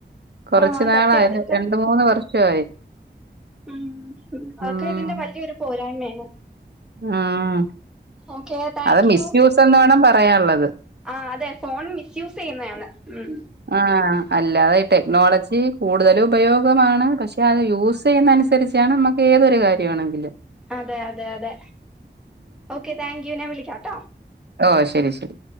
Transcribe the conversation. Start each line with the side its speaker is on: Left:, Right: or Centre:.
Right: കൊർച്ച്‌
Centre: ആഹ്
Right: നാള്
Centre: സത്യം അതൊക്കെ
Right: രണ്ട് മൂന്ന് വർ ഷവായി.
Centre: ഉം അതക്കെ
Right: ഉം
Centre: ഇതിന്റെ വല്യൊരു പോരായ്മയാണ്.
Right: ആഹ്.
Centre: ഓക്കെ താങ്ക്
Right: അത് മിസ്യൂസെന്ന്
Centre: യു
Right: വേണം പറയാള്ളത്.
Centre: ആഹ് അതെ ഫോൺ മിസ്യൂസെ യ്യുന്നതാണ് ഉം.
Right: ആഹ്‌ അല്ലാതെ ഈ ടെക്നോളജി കൂടുതല് ഉപയോഗമാണ് പക്ഷെ അത് യൂസ് ചെയ്യ്ന്നന്സരി ച്ചാണ് മ്മക്ക് ഏതൊരു കാര്യാണെങ്കിലും.
Centre: അതെ അതെ അതെ ഓക്കേ താങ്ക് യു ഞാ വിളിക്കാംട്ടോ.
Right: ഓഹ് ശെരി ശെരി.